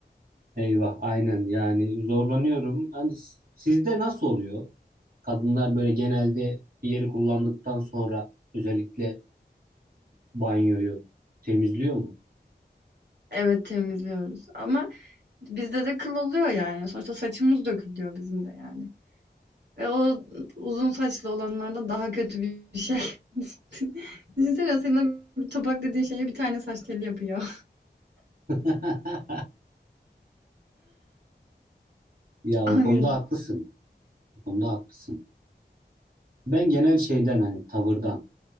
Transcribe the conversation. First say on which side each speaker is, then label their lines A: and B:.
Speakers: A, on the right; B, on the right.
A: Eyvah aynen yani zorlanıyorum. Hani s- sizde nasıl oluyor? Kadınlar böyle genelde bir yeri kullandıktan sonra özellikle banyoyu temizliyor mu?
B: Evet temizliyoruz ama Bizde de kıl oluyor yani. Sonuçta saçımız dökülüyor bizim de yani. Ve o uzun saçlı olanlarda daha kötü bir şey. <laughs> Düşünsene senin bir topak dediğin şeye bir tane saç teli yapıyor.
A: <laughs> Ya o
B: <laughs> O
A: konuda
B: yüzden.
A: haklısın. O konuda haklısın. Ben genel şeyden hani tavırdan